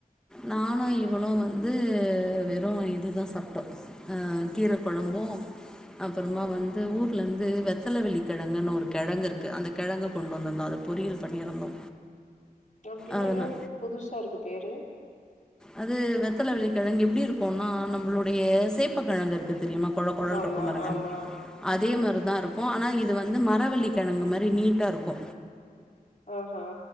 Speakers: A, in the centre; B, on the left (about 55°).
A: நானு இவ்ளோ வந்து வெறு இதுதா சாப்டோ ஆ கீர கெழம்பு அப்புறமா வந்து ஊர்ல இருந்து வெத்தல வெள்ளி கிழங்குன்னு ஒரு கிழங்கு இருக்கு அந்த கிழங்கு கொண்டு வந்துதோ அத பொறியல் பண்ணியிருந்தோ
B: அப்டினா
A: அதனா
B: என்னா புதுசா இருக்கு பேரு
A: அது வெத்தல வெள்ளி கிழங்கு எப்டி இருக்குனா நம்பளுடைய சேப்பக்கேழங்கு இருக்கு தெரியுமா கொழ கொழனுட்டு
B: ஆமா,
A: இருக்கு பாருங்க
B: ஆமா.
A: அதே மாரி தா இருக்கு ஆனா இது வந்து மரவள்ளி கிழங்கு மாரி நீட்டா இருக்கு
B: ஓ ஹா